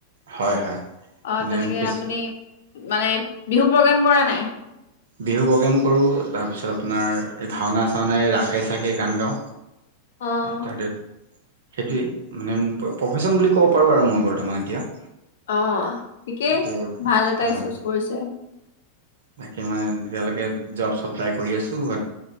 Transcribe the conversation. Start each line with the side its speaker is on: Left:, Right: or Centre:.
Right: হয় হয়
Left: অঁ
Right: মানে
Left: তেনেকে
Right: বেছি
Left: আপুনি। মানে বিহু প্ৰগ্ৰেম কৰে নাই।
Right: বিহু প্ৰগ্ৰেম কৰোঁ। তাৰপিছত আপোনাৰ এই ভাওনা-চাওনাই ৰাসে-চাখে গান গাওঁ।
Left: অ',
Right: আফটাৰ দেট সেইটোৱেই মানে প্ৰফেচন বুলি ক'ব পাৰোঁ আৰু মই বৰ্তমান এতিয়া।
Left: অ ঠিকেই
Right: এতিয়া বৰ্তমান
Left: ভাল এটাই
Right: হয়
Left: চুজ কৰিছে।
Right: বাকী মানে, তেতিয়ালৈকে জব-চব ট্ৰাই কৰি আছোঁ but